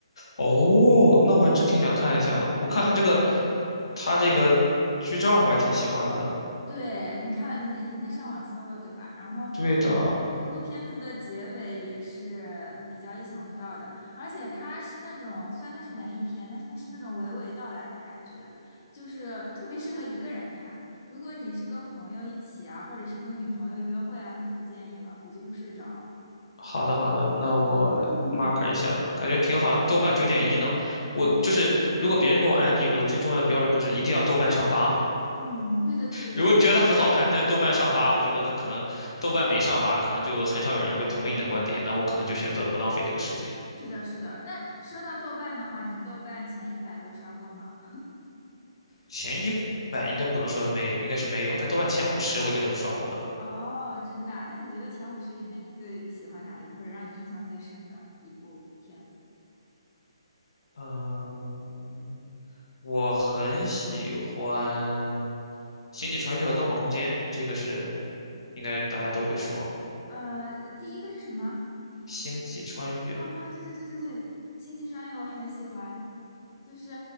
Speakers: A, on the left (about 60°); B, on the left (about 20°).
A: 哦，那我还真挺想看一下呢。我看他这个，
B: 嗯，
A: 他这个剧照我还挺喜欢的。
B: 对，你看了你已经在上网搜了，对吧？然后
A: 对的，
B: 这部片子的结尾也是比较意想不到的，而且它是那种，虽然它是文艺片，但是它是那种娓娓道来的感觉，就是特别适合一个人看。如果你是跟朋友一起啊，或者是跟女朋友约会啊，那就不建议了，估计会睡着。
A: 好的好的，那我
B: 嗯 <laughs>
A: mark 一下，感觉挺好。豆瓣九点一呢，
B: 嗯
A: 我就是如果别人给我安利，我的最重要的标准就是一定要豆瓣上八。
B: 嗯，对对对对对，
A: 如果你觉得它很好看，但是豆瓣上八，我觉得那可能豆瓣没上八，可能就很少有人会同意你的观点。那我可能就选择不浪费这个时间。
B: 是的，是的。那说到豆瓣的话，你豆瓣前一百都刷过吗？
A: 前一百应该不能说没，应该是没有，但豆瓣前五十我应该都是刷过的。
B: 哦，真的啊那你觉得前五十里面你最喜欢哪一部，或者让你印象最深的一部片子？
A: 嗯、我很喜欢《星际穿越》和《盗梦空间》，这个是应该大家都会说
B: 呃，第一个是什么？
A: 《星际穿越》。
B: 哦，对对对对对，《星际穿越》我很喜欢，就是